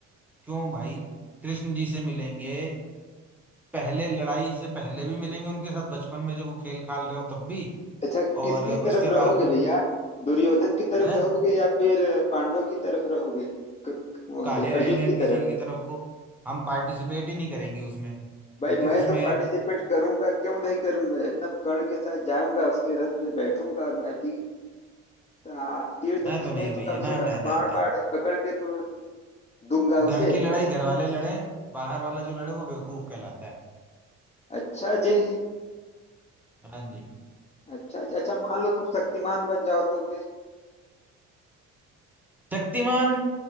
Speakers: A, in the centre; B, on the left.
A: क्यों भाई कृष्ण जी से मिलेंगे पहले लड़ाई से पहले भी मिलेंगे उनके साथ बचपन में जब वो खेल खाल रहे हो तब भी
B: अच्छा किसकी
A: और उसके
B: तरफ रहोगे
A: बाद में
B: भैया दुर्योधन की तरफ
A: है
B: रहोगे या फिर पांडव की तरफ रहोगे क- क-
A: काहे
B: अरे
A: रहेंगे
B: अर्जुन की
A: हम किसी
B: तरफ
A: भी की तरफ को हम पार्टिसिपेट ही नहीं करेंगे उसमें
B: भाई
A: प्रति
B: मैं
A: उसमें
B: तो पार्टिसिपेट करूंगा क्यों नहीं करूंगा एकदम कर्ण के साथ जाऊंगा उसके रथ पे बैठूंगा और मैं भी हाँ तीर धनुष
A: मैं तो
B: नहीं
A: नहीं
B: तो
A: भैया
B: कम से
A: ना ना
B: कम बाण
A: ना ना
B: बाण पकड़ के तो दूंगा
A: घर
B: उसे
A: की लड़ाई घर वाले लड़े बाहर वाला जो लड़े वो बेवकूफ कहलाता है
B: अच्छा जी
A: हाँ जी
B: अच्छा जी अच्छा मान लो तुम शक्तिमान बन जाओ तो फिर
A: शक्तिमान